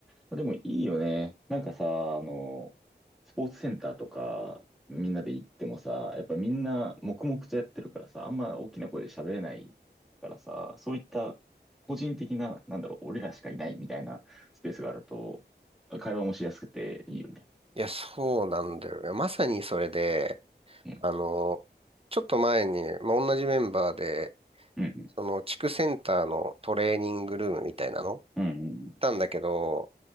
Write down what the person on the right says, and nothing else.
いや、そうなんだよね。まさにそれで、
あの、ちょっと前に、まあ、同じメンバーで、
その地区センターのトレーニングルームみたいなの行っ
たんだけど、